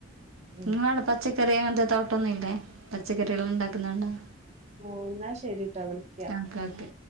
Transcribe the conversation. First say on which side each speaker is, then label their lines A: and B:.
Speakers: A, on the right; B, on the right.
A: ഉം
B: ഇങ്ങളടെ പച്ചക്കറി അങ്ങൻത്തെ തോട്ടൊന്നും ഇല്ലേ? പച്ചക്കറികളെല്ലം ണ്ടാ ക്ക്ന്നണ്ടാ
A: മോ ന്നാ ശെരിട്ടോ വിളിയ്ക്കാ
B: ക്കാ ക്കെ